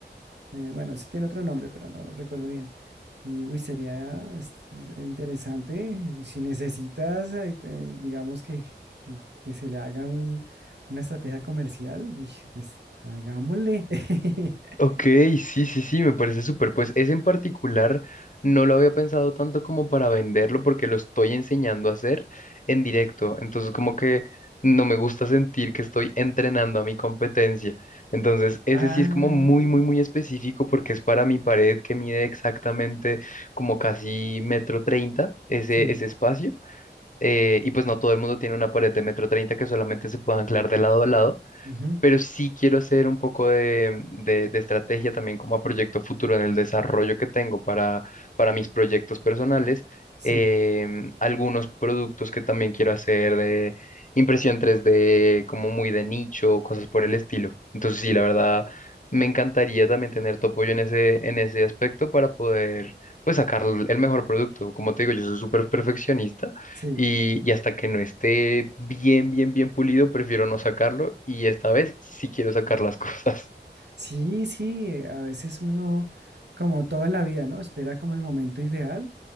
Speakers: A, on the right (about 70°); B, on the left (about 45°).
A: eh, bueno, eso tiene otro nombre, pero no lo recuerdo bien. Y uy, sería es- es interesante. eh, Si necesitas, eh, eh, digamos que, que- que se le haga un- una estrategia comercial, uy, pues hagámosle. <laughs>
B: Ok, sí, sí, sí, me parece súper. Pues ese en particular no lo había pensado tanto como para venderlo porque lo estoy enseñando a hacer en directo. Entonces, como que no me gusta sentir que estoy entrenando a mi competencia. Entonces, ese
A: Ah,
B: sí es como muy, muy, muy específico porque es para mi pared que mide exactamente como casi metro treinta ese,
A: sí,
B: ese espacio. Eh, y pues no todo el mundo tiene una pared de metro treinta que solamente se puede anclar de lado a lado.
A: ujú,
B: pero sí quiero hacer un poco de, de- de estrategia también como a proyecto futuro en el desarrollo que tengo para, para mis proyectos personales.
A: sí,
B: em, algunos productos que también quiero hacer de impresión 3D, como muy de nicho, cosas por el estilo. Entonces, sí, la verdad, me encantaría también tener tu apoyo en ese, en ese aspecto para poder, pues, sacar el mejor producto. Como te digo, yo soy súper perfeccionista
A: sí,
B: y, y hasta que no esté bien, bien, bien pulido, prefiero no sacarlo. Y esta vez sí quiero sacar las cosas
A: sí, sí. A veces uno, como todo en la vida, ¿no? Espera como el momento ideal